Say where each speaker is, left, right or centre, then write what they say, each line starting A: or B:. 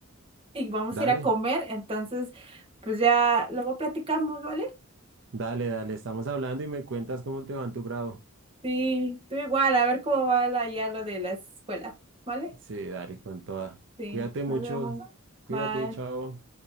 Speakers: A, on the right; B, on the right.
A: y vamos
B: dale,
A: a ir a comer, entonces pues ya luego platicamos, ¿vale?
B: dale, dale, estamos hablando y me cuentas cómo te va en tu grado.
A: Sí, tú igual, a ver cómo va la- ya lo de la escuela, ¿vale?
B: Sí, dale con toda.
A: Sí,
B: Cuídate
A: nos
B: mucho.
A: vemos.
B: Cuídate,
A: Bye.
B: chao.